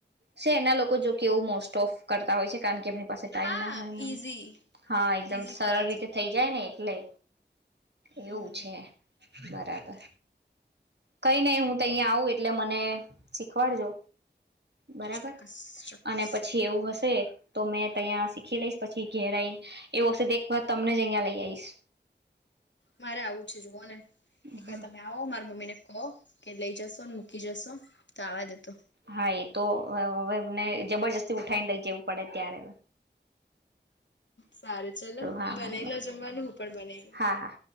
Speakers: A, on the right; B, on the left.
A: શહેરના લોકો જો કે એવું મોસ્ટ ઓફ કરતા હોય છે કારણ કે એમ પાસે ટાઈમ
B: હા
A: ના હોય ને
B: ઈઝી
A: હા એકદમ
B: ઈઝી
A: સરળ
B: કરવા
A: રીતે
B: જઈ
A: થઈ જાય ને. લે. એવું
B: હમ
A: છે. બરાબર. કઈ નઈ હું તયી આવું એટલે મને શીખવાડજો. બરાબર
B: ચોક્કસ ચોક્કસ
A: અને પછી એવું હશે શે તો મેં ત્યાં શીખી લઈશ પછી ઘેરાઈ આઈ એવું હશે તો તમને જ અહયા લઈ આઈશ.
B: મારે આવું છે જુઓ ને. એક
A: હા
B: વાર તમે આવો મારા મમ્મી ને કો કે લઈ જશોને મૂકી જશો તો આવા દતો.
A: હા એ તો હ એમને જબરજસ્તી ઉઠાવને લઇ જવું પડે ત્યારે.
B: સારું ચલો
A: હા
B: બનાયલો
A: હા
B: જમવાનું હું પણ બના લઉ.
A: હા હા